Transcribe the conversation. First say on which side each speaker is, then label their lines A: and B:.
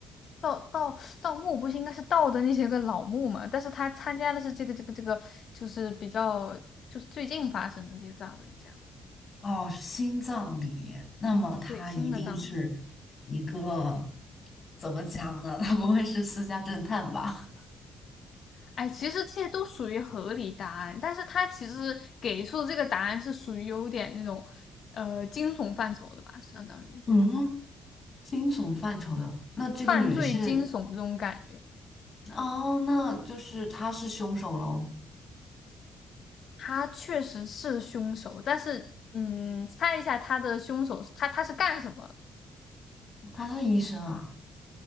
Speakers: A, on the left (about 60°); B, on the left (about 35°).
A: 盗盗盗墓不是应该是盗的那些个老墓嘛？但是他参加的是这个这个这个，就是比较就是最近发生的这些葬礼，这样
B: 哦，是心脏里，那么它一定是
A: 对新的葬礼。
B: 一个怎么讲呢？它不会是私家侦探吧？
A: 哎，其实这些都属于合理答案，但是他其实给出的这个答案是属于有点那种呃惊悚范畴的吧，相当于
B: 嗯，惊悚范畴的，那这个女人是，
A: 犯罪惊悚这种感觉。
B: 哦，那就是她是凶手喽，
A: 他确实是凶手，但是嗯，猜一下他的凶手，他他是干什么
B: 她是医生啊，